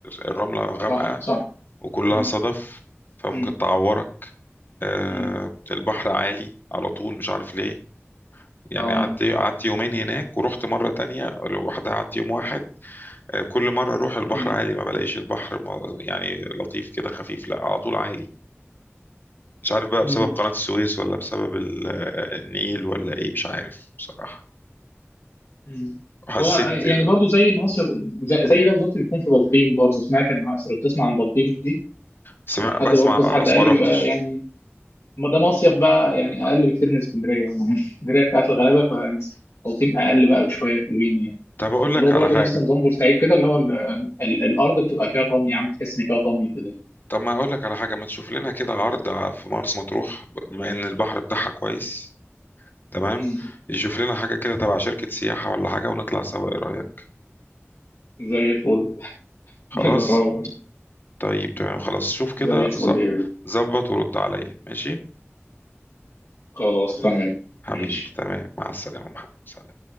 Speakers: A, on the left (about 45°); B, on the left (about 65°).
A: الرملة غامقة
B: صح صح
A: وكلها
B: امم
A: صدف فممكن
B: امم
A: تعورك آه،
B: امم
A: البحر عالي على طول مش عارف ليه يعني
B: اه
A: قعدت قعدت يومين هناك ورحت مرة تانية لوحدها قعدت يوم واحد آه، كل مرة أروح البحر
B: امم
A: عالي ما بلاقيش البحر م- يعني لطيف كده خفيف لا على طول عالي مش عارف بقى
B: امم
A: بسبب قناة السويس ولا بسبب ال- آه، النيل ولا إيه مش عارف بصراحة
B: امم
A: وحسيت
B: هو يعني
A: ال-
B: برضه زي ما مصر زي زي ده بالظبط بيكون في بلطيم برضه سمعت ان لو بتسمع عن بلطيم دي
A: سمع
B: حد
A: بسمع
B: برضه كذا حد
A: بس
B: قال
A: ما
B: لي
A: روحتش
B: بيبقى يعني ما ده مصيف بقى يعني اقل بكتير من اسكندريه <laughs> يعني اسكندريه بتاعت الغلابه فبلطيم اقل بقى بشويه حلوين يعني.
A: طب أقول لك
B: اللي هو
A: على
B: برضه
A: حاجة
B: نفس نظام بورسعيد كده اللي هو ال- ال- الارض بتبقى فيها طمي عم تحس ان فيها طمي كده
A: طب ما أقول لك على حاجة ما تشوف لنا كده عرض ع- في مرسى مطروح بما إن البحر بتاعها كويس تمام
B: مم.
A: يشوف لنا حاجة كده تبع شركة سياحة ولا حاجة ونطلع سوا إيه رأيك
B: زي الفل <laughs>
A: خلاص
B: نجربه
A: طيب تمام خلاص شوف كده
B: زي الفل
A: ظ-
B: يا بيه.
A: ظبط ورد عليا ماشي
B: خلاص تمام
A: حبيبي
B: ماشي
A: تمام مع السلامة محمد سلام